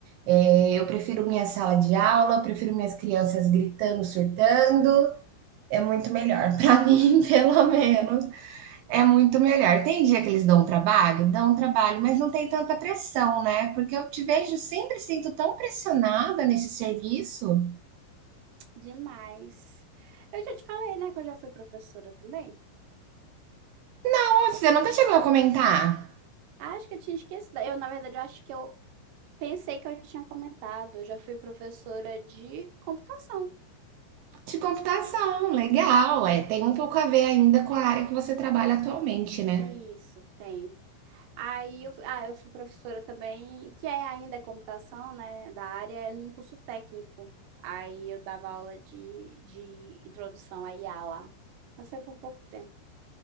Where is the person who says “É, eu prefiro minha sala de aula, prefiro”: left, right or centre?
Right